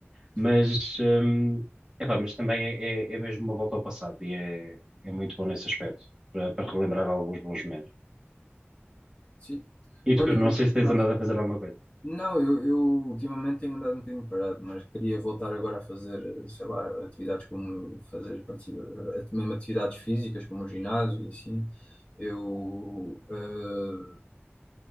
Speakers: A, on the left; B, on the right.
A: sim,
B: mas, hum, epá, mas também é, é, é mesmo uma volta ao passado e é, é muito bom nesse aspecto, para, para relembrar alguns bons momentos.
A: sim.
B: E
A: Olha,
B: tu,
A: eu
B: não sei
A: por
B: se tens
A: acaso.
B: andado a fazer alguma coisa.
A: Não, eu, eu ultimamente tenho andado um bocadinho parado, mas queria voltar agora a fazer, sei lá, atividades como fazer, participa- eh, mesmo atividades físicas, como o ginásio e assim. Eu, eh,